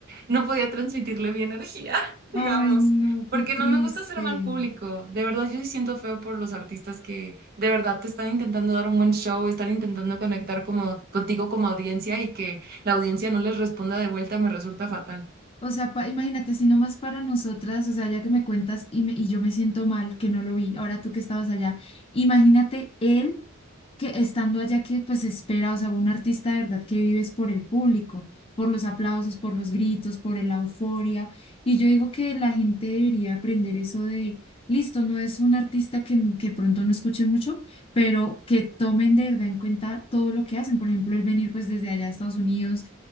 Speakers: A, on the right (about 50°); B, on the left (about 25°).
A: no podía transmitirle mi energía, <laughs>
B: Ay,
A: digamos,
B: no,
A: porque
B: qué triste.
A: no me gusta hacer mal público. De verdad, yo sí siento feo por los artistas que de verdad te están intentando dar un buen show, están intentando conectar como contigo como audiencia y que la audiencia no les responda de vuelta, me resulta fatal.
B: O sea, pa- imagínate, si nomás para nosotras, o sea, ya que me cuentas y, me- y yo me siento mal que no lo vi, ahora tú que estabas allá, imagínate él que estando allá que pues espera, o sea, un artista de verdad que vives por el público, por los aplausos, por los gritos, por la euforia. Y yo digo que la gente debería aprender eso de, listo, no es un artista que, que pronto no escuche mucho, pero que tomen de verdad en cuenta todo lo que hacen. Por ejemplo, el venir pues desde allá a Estados Unidos,